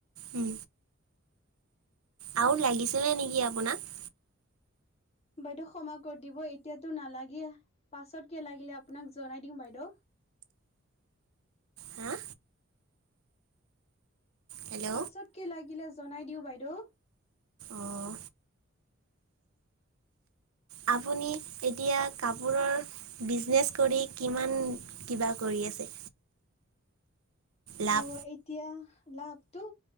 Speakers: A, on the right (about 80°); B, on the left (about 30°).
A: উম। আৰু লাগিছিলে নেকি আপোনাক।
B: বাইদেও ক্ষমা কৰি দিব। এতিয়াটো নালাগে পাছত কে লাগিলে আপোনাক জনাই দিম বাইদেউ।
A: হা হেল্ল'
B: পাছত কি লাগিলে জনাই দিওঁ বাইদেউ।
A: অঁ আপুনি এতিয়া কাপোৰৰ বিজনেছ কৰি কিমান কিবা কৰি আছে। লাভ
B: অ এতিয়া লাভটো